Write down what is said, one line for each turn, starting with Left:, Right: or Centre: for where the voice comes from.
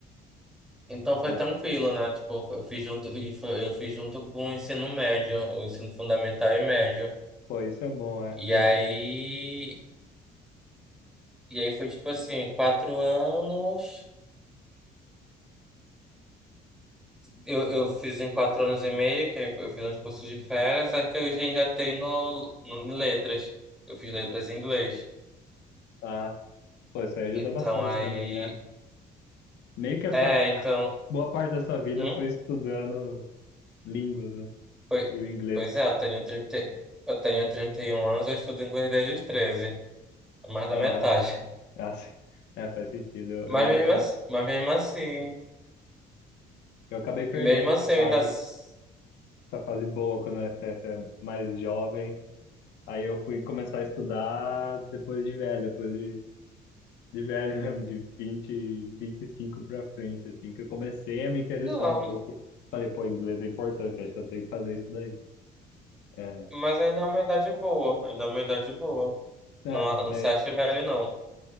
Centre: Então foi
Left: É.
Centre: tranquilo, né? Tipo, eu fiz junto e foi- eu fiz junto com o ensino médio, o ensino fundamental e médio.
Left: Pô, isso é bom, é.
Centre: E
Left: Eu,
Centre: aí, e aí foi tipo assim, quatro anos. Eu, eu fiz em quatro anos e meio, que aí eu fiz uns cursos de férias, só que eu já engatei no, no, em letras. Eu fiz letras em inglês.
Left: ah, pô, isso aí ajudou
Centre: Então
Left: bastante
Centre: aí.
Left: também, é. Meio que essa
Centre: É, então.
Left: boa parte da sua vida
Centre: Hum?
Left: foi estudando línguas, né?
Centre: Pois,
Left: E o inglês.
Centre: pois é, eu tenho trinta eu tenho 31 anos, eu estudo inglês desde os treze é mais da
Left: Aham.
Centre: metade.
Left: Ah, sim. É, faz sentido. Eu, eu,
Centre: Mas mesmo
Left: eu,
Centre: assim, mas mesmo assim,
Left: eu acabei perdendo
Centre: mesmo
Left: essa
Centre: assim
Left: fase,
Centre: eu ainda. s-
Left: essa fase boa quando você é, você é mais jovem. Aí eu fui começar a estudar depois de velho, depois de de velho mesmo, de vinte vinte e cinco pra frente, assim, que eu comecei a me interessar
Centre: Não.
Left: um pouco. Falei, pô, inglês é importante, acho que eu tenho que fazer isso daí. É,
Centre: Mas ainda é uma idade boa, ainda é uma idade boa.
Left: é,
Centre: Não, não
Left: é,
Centre: se acha velho, não.